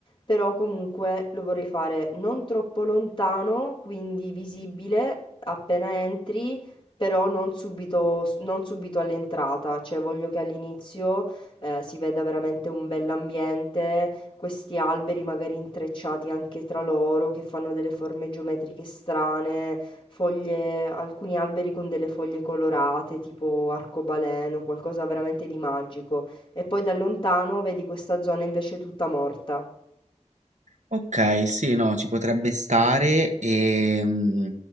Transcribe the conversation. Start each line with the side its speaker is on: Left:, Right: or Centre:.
Left: Però comunque lo vorrei fare non troppo lontano, quindi visibile appena entri, però non subito, non subito all'entrata, cioè voglio che all'inizio eh, si veda veramente un bell'ambiente questi alberi magari intrecciati anche tra loro che fanno delle forme geometriche strane, foglie, alcuni alberi con delle foglie colorate, tipo arcobaleno, qualcosa veramente di magico. E poi da lontano vedi questa zona invece tutta morta.
Right: Ok, sì, no, ci potrebbe stare e mm,